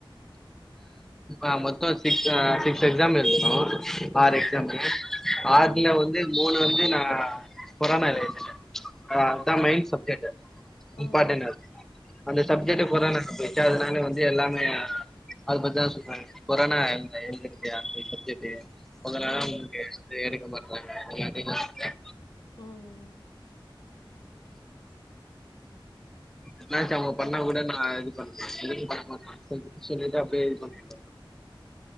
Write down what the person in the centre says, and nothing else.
அ மொத்த சிக்ஸ் அ சிக்ஸ் எக்ஸாம் எழுதுனோ ஆர்
எக்ஸாம்க்கு ஆர்ல
வந்து மூணு வந்து நா கொரோனாலே எழுதுன அதா மெயின் சப்ஜேட்டு
இம்பார்டனு
அந்த சப்ஜேட்டு
கொரோனா சப்ஜேட்டு அதனால வந்து எல்லாமே அது பாத்திதா சொல்ற கொரோனா எழுத எழுதுறதுயா அந்த சப்ஜேட்டு மொதளா
உங்க வந்து ரெஸ்டே எடுக்க மாட்டாங்க இப்பல்ல அப்டி
என்னாச்சு அவுங்க பண்ணா
கூட நா இது பண்ணமாட்டே சொல்ட்டு அப்டியே இது பண்ணிட